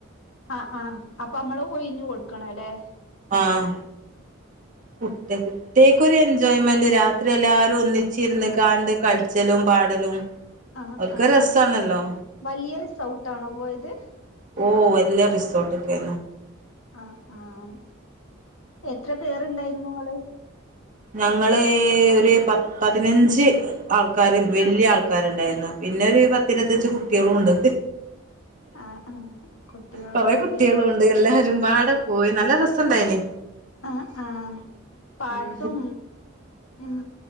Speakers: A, on the left (about 85°); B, on the right (about 40°).
A: ആഹ് ആഹ് അപ്പൊ നമ്മള് ഒഴിഞ്ഞ് കൊടുക്കണം ഇല്ലേ
B: ആഹ് പുട്ട് അത് ടേക്ക് ഒരു എൻജോയ്മെന്റ് രാത്രി എല്ലാരും ഒന്നിച്ചിരുന്ന് കാണ്ട് കളിച്ചലും പാടലും
A: ആഹ്
B: ഓൽക്കൊരു
A: ആഹ്
B: രസാണല്ലോ
A: വലിയ റിസൗട്ട് ആണോ പോയത്
B: ഓഹ് വല്ലിയ റിസോട്ട് ഒക്കെ
A: ആഹ് ആഹ് എത്ര പേർണ്ടായിരുന്നു ആള്
B: ഞങ്ങളെ ഒരു പ പതിനഞ്ച് ആൾക്കാര് വലിയ ആൾക്കാരുണ്ടായിരുന്നു പിന്നെ ഒരു പത്തിരുപത്തഞ്ച് കുട്ടികളും ഒണ്ട്
A: ആ ആ കുട്ടികളുണ്ടല്ലേ
B: കൊറെ കുട്ടികളും ഒണ്ട് എല്ലാരും പാടെ പോയി നല്ല രസുണ്ടായിന്
A: ആ ഹ് ആ ഹ് പാട്ടും
B: ഉം
A: ഉം